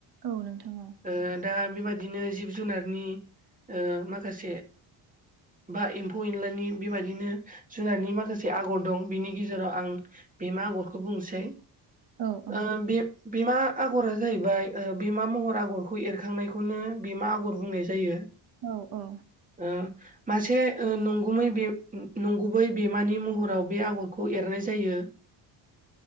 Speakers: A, on the right; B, on the right.
A: औ नोंथां औ।
B: ओ दा बेबादिनो जिब जुनारनि ओ माखासे बा एम्फौ एनलानि बेबायदिनो जुनारनि माखासे आगर दं बिनि गेजेराव आं बेमा आगरखौ बुंसै।
A: औ औ।
B: ओ बे बेमा आगरा जाहैबाय ओ बेमा महर आगरखौ एरखांनायखौनो बेमा आगर बुंनाय जायो।
A: औ औ।
B: ओ मासे ओ नंगुमै बे उम नं गुबै बेमानि महराव बे आगरखौ एरनाय जायो।